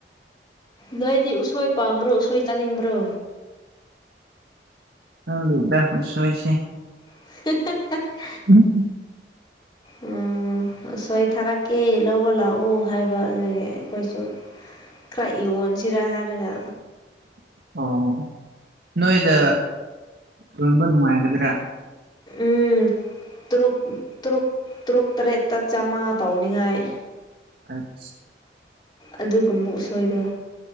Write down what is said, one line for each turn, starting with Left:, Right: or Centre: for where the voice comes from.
Left: ꯅꯣꯏꯗꯤ ꯎꯁꯣꯏ ꯄꯥꯝꯕ꯭ꯔꯣ ꯎꯁꯣꯏ ꯆꯥꯅꯤꯡꯕ꯭ꯔꯣ
Right: ꯍꯪ ꯗꯦꯗꯥ ꯈꯨꯁꯣꯏꯁꯤ
Left: <unintelligible>
Right: ꯎꯝ
Left: ꯎꯝ ꯎꯝ ꯑꯁꯣꯏ ꯊꯥꯔꯛꯀꯦ ꯂꯧꯕ ꯂꯥꯛꯎ ꯍꯥꯏꯕ ꯑꯗꯨꯒꯤ ꯑꯩꯈꯣꯏꯁꯨ ꯀ꯭ꯔ ꯌꯣꯅꯁꯤꯔ ꯍꯥꯏꯔꯒ
Right: ꯑꯣ ꯅꯣꯏꯗ ꯂꯣꯟꯕ ꯅꯨꯡꯉꯥꯏꯒꯗ꯭ꯔꯥ
Left: ꯎꯝ ꯇꯔꯨꯛ ꯇ꯭ꯔꯨꯛ ꯇꯔꯨꯛ ꯇꯔꯦꯠꯇ ꯆꯥꯝꯃꯉꯥ ꯇꯧꯅꯤꯉꯥꯏ
Right: ꯑꯠ
Left: ꯑꯗꯨꯒꯨꯝꯕ ꯎꯁꯣꯏꯗ